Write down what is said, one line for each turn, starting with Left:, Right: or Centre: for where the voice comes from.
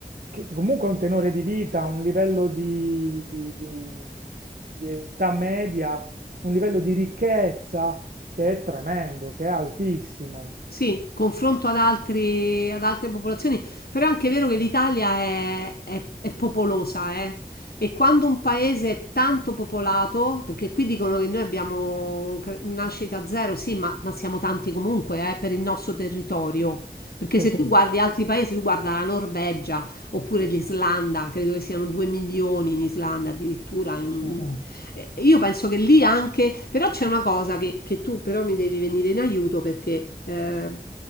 Right: che comunque ha un tenore di vita, un livello di, di- di- di età media, un livello di ricchezza che è tremendo, che è altissimo.
Left: Sì, confronto ad altri- ad altre popolazioni, però è anche vero che l'Italia è, è- è popolosa, eh. E quando un paese è tanto popolato, perché qui dicono che noi abbiamo un cre- nascita zero, sì, ma, ma siamo tanti comunque, eh, per il nostro territorio. Perché
Right: Sì,
Left: se tu guardi altri paesi, tu guarda la Norvegia oppure l'Islanda, credo che siano due milioni in Islanda addirittura, in
Right: sì,
Left: un- eh, Io penso che lì anche, però c'è una cosa che, che tu però mi devi venire in aiuto perché eh,